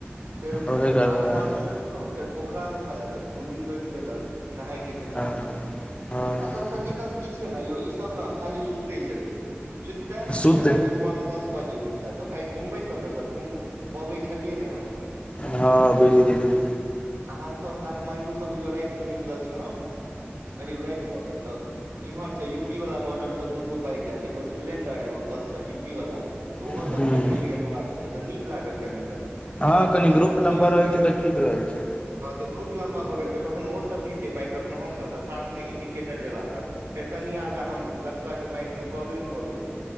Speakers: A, on the right; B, on the left.
A: फेर
B: ओहे गड़बड़ा
A: काठमांडू
B: छै
A: में रुकलो फेर पोखरा मे साला गेल दू दिन रोइक देलक नहाय केँ चक्कर
B: हँ
A: मे
B: हँ
A: आ सबसे दिक्कत की छै ने यौ ई सब ने खाली सुते छलै सुईते
B: सुत
A: तऽ फेर सुबह में दस बजे उठ तऽ भाय घुमबै कतऽ तऽ घूम पबै छलियै नै हम सभ
B: हँ बुझी गेलिये
A: आ हम सभ काठमाण्डू सँ बुझियौ रारत मे निकलल छलौं करीब राइत भऽ गेल तब इम्हर से यूपी वाला बॉर्डर से दूगो बाइक एगो स्प्लेंडर एगो पल्सर यू पी वाला तऽ ओहो
B: ह
A: सभ
B: ह
A: फेर मिल गेल हमरा सभ केँ तऽ नीक लागल कनि तब तऽ
B: हँ
A: हम सभ कनि
B: ग्रुप
A: ओ
B: लम्बा
A: सब स्पीड
B: रहै छै
A: में
B: तऽ
A: <inaudible>
B: ठीक रहै छै
A: हँ तऽ ग्रुप लम्बा भऽ गेल तऽ कखनो ओ सब खिचैाइ कखनो हम सभ तऽ साथ मे इंडिकेटर जला कऽ फेर कनि आगा हम लक्षबा कऽ बाइक मे प्रॉब्लम भऽ गेले